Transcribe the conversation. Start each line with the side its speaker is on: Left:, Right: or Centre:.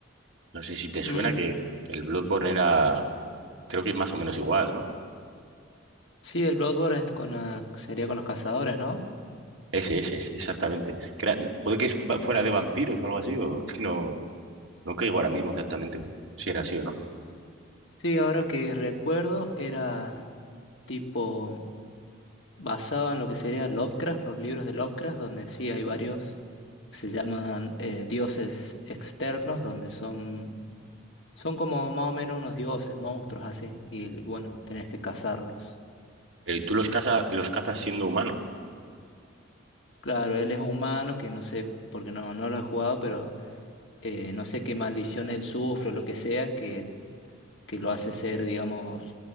Right: No sé si te
Left: Mm,
Right: suena que el Bloodborne era Creo que es más o menos igual, ¿no?
Left: sí, el Bloodborne es con, ah, sería con los cazadores, ¿no?
Right: Ese, ese, ese, exactamente. Crea- Puede que es- va- fuera de vampiros o algo así, o es que no, no caigo ahora mismo exactamente si era así o no.
Left: Sí, ahora que recuerdo, era tipo basado en lo que sería Lovecraft, los libros de Lovecraft, donde sí hay varios que se llaman eh, dioses externos, donde son, son como más o menos unos dioses, monstruos así, y bueno, tenés que cazarlos.
Right: Pero ¿y tú los caza, los cazas siendo humano?
Left: Claro, él es humano, que no sé, porque no, no lo he jugado, pero eh, no sé qué maldición él sufre o lo que sea, que, que lo hace ser, digamos,